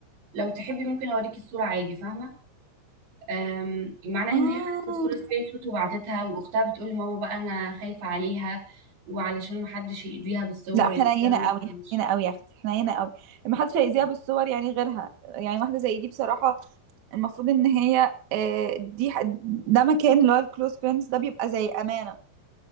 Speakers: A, on the right; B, on the right.
A: لو تحبي ممكن أوريكي الصورة عادي فاهمة آم، معناها
B: آه.
A: إن هي خدت الصورة سكرين شوت وبعتتها وأختها بتقول لماما بقى أنا خايفة عليها وعلشان محدش يأذيها بالصور
B: لا حنينه
A: وإن ده ما
B: قوي
A: ينفعش
B: حنينه قوي يا اختي حنينه قوي ما حدش هيذيها بالصور يعني غيرها يعني واحده زي دي بصراحه المفروض ان هي آه، دي ح- ده مكان اللي هو الكلوز فريندز ده بيبقى زي امانه